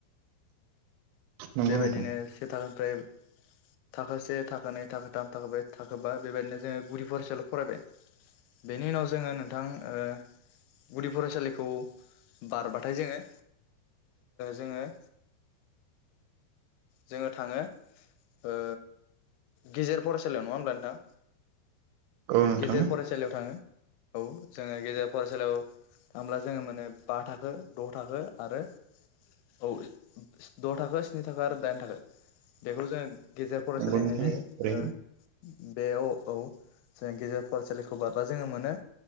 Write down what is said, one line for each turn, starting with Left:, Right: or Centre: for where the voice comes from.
Right: नंगौ
Left: बेबायदिनो
Right: नोंथां
Left: से थाखोनिफ्राय थाखो से थाखो नै थाखो थाम थाखो ब्रै थाखो बा बेबायदिनो जोङो गुदि फरायसालियाव फरायबाय बेनि उनाव जोङो नोंथां ओ गुदि फरायसालिखौ बारबाथाय जोङो जोङो जोङो थाङो ओ गेजेर फरायसालियाव नङा होमब्ला नोंथां?
Right: औ नोंथां
Left: गेजेर फरायसालियाव थाङो औ जोङो गेजेर फरायसालियाव थांब्ला जोङो मोनो बा थाखो द' थाखो आरो। औ द' थाखो स्नि थाखओ आरो दाइन थाखो बेखौ जोङो गेजेर फरायसालि
Right: नंगौ
Left: होननाय
Right: नोंथां
Left: जायो
Right: ओरैनो
Left: ओ बे अ औ जों गेजेर फरायसालिखौ बारब्ला जोङो मोनो